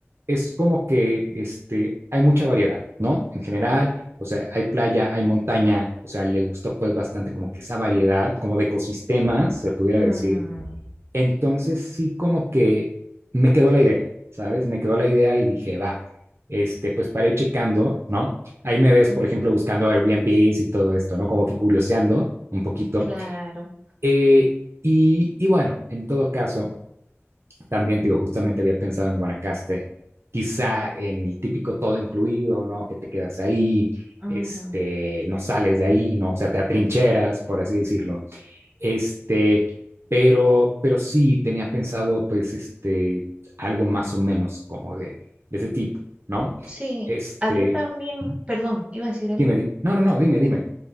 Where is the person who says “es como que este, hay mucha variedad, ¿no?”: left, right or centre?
Right